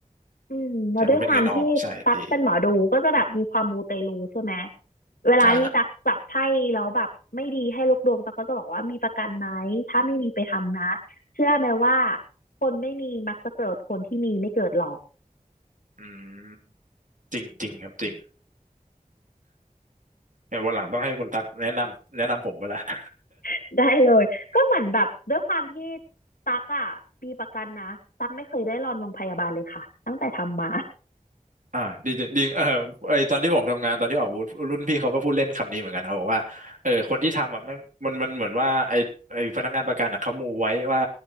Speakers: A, on the left; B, on the right.
A: อืมแล้วด้วยความที่ตักเป็นหมอดูก็จะแบบมีความมูเตลูใช่ไหม
B: ใช่มันเป็นเงินออมใช่ดี
A: เวลาที่ตักจับไพ่แล้วแบบไม่ดีให้ลูกดวงตักก็จะบอกว่ามีประกันไหมถ้าไม่มีไปทำนะ
B: อ่า
A: เชื่อไหมว่าคนไม่มีมักจะเกิดคนที่มีไม่เกิดหรอก
B: อืมจริงจริงครับจริงเนี่ยวันหลังต้องให้คุณตักแนะนำแนะนำผมไปละ <laughs>
A: <laughs> ได้เลยก็เหมือนแบบด้วยความที่ตักอ่ะมีประกันนะตักไม่เคยได้รอนโรงพยาบาลเลยค่ะตั้งแต่ทำมา
B: อ่าดีจริงเออไอตอนที่ผมทำงานตอนที่ออกบูธรุ่นพี่เขาก็พูดเล่นคำนี้เหมือนกันเขาบอกว่าเออคนที่ทำอ่ะแม่งมันมันเหมือนว่าไอไอพนักงานประกันอ่ะเขามูไว้ว่า